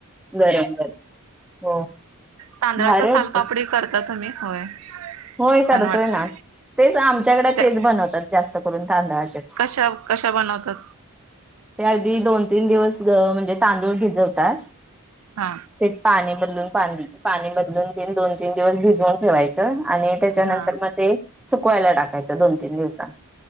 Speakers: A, in the centre; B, on the right.
A: गरम गरम हो
B: तांदळाच
A: भारी वाटतंय
B: सालपापडी करता तुम्ही होय
A: होय करतोय
B: छान वाटतं
A: ना तेच आमच्याकडे
B: त्या
A: तेच बनवतात जास्त करून तांदळाचे
B: कशा कशा बनवतात
A: ते अगदी दोन तीन दिवस म्हणजे तांदूळ भिजवतात
B: हा
A: ते पानी बदलून पा बदलून तन दोन तीन दिवस भिजवून ठेवायचं आणि त्याच्यानंतर
B: हा
A: मग ते सुकवायला टाकायचं दोन तीन दिवसां